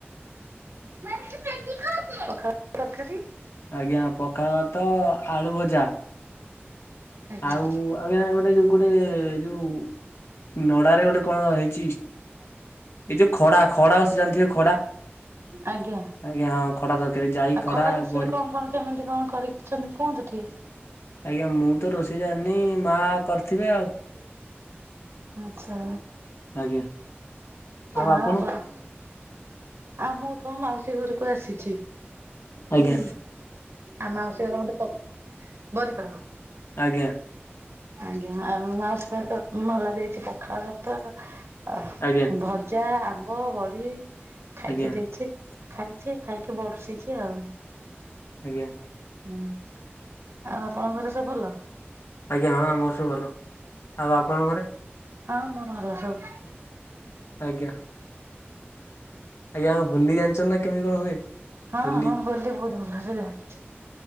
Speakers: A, on the right; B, on the left.
A: <unintelligible>
B: ଆଜ୍ଞା ପଖାଳ ଭାତ ଆଳୁ ଭଜା।
A: ଆଜ୍ଞା
B: ଆଉ ଆଜ୍ଞା ଗୋଟେ ଯୋଉ ଗୋଟେ ଯୋଉ ନଡାରେ ଗୋଟେ କଣ ହେଇଚି ଏଇ ଯୋଉ ଖଡା ଖଡା <unintelligible> ଜାଣିଥିବେ ଖଡା।
A: ଆଜ୍ଞା।
B: ଆଜ୍ଞା ହଁ ଖଡା
A: ଆଉ
B: ତରକାରୀ ଜାଇ ଖଡା
A: ଖରା ରେସିପି
B: ବଡି
A: କଣ କଣ କେମିତି କଣ କରିଛନ୍ତି କୁହନ୍ତୁ ଟିକେ?
B: ଆଜ୍ଞା ମୁଁ ବି ତ ରୋଷେଇ ଜାନି ମା କରିଥିବେ ଆଉ।
A: ଆଛା
B: ଆଜ୍ଞା ଆଉ ଆପଣ
A: ଆ ଆମକୁ ତମ ମାଉସୀ ଘରକୁ ଆସିଛି
B: ଆଜ୍ଞା
A: ହୁଁ। ଆଉ ମାଉସୀ ଘର ମତେ ପ ବରିପଳ।
B: ଆଜ୍ଞା।
A: ଆଜ୍ଞା ଆଉ ମାଉସ ଭାତ ଭଲ ଦେଇଛି ପଖାଳ ଭାତ, ଆ
B: ଆଜ୍ଞା
A: ଭ ଜା, ଆମ୍ବ, ବଡି ଖାଇତେ
B: ଆଜ୍ଞା
A: ଦେଇଛି ଖାଇଛି ଖାଇକି ବର୍ଷିଛି ଆଉ।
B: ଆଜ୍ଞା।
A: ହୁଁ ଆଉ ଆପଣଙ୍କ ଘରେ ସବୁ ଭଲ?
B: ଆଜ୍ଞା ହଁ ଆମର ସବୁ ଭଲ। ଆଉ ଆପଣଙ୍କ ଘରେ?
A: ହଁ ମୋର ଭଲ ସବୁ।
B: ଆଜ୍ଞା। ଆଜ୍ଞା ହୋଲି ଜାଣିଚ ନା କେମିତି କଣ ହୁଏ
A: ହଁ
B: ହୋଲି?
A: ହଁ ବହୁତ ଭଲରେ ଯାଇଛି।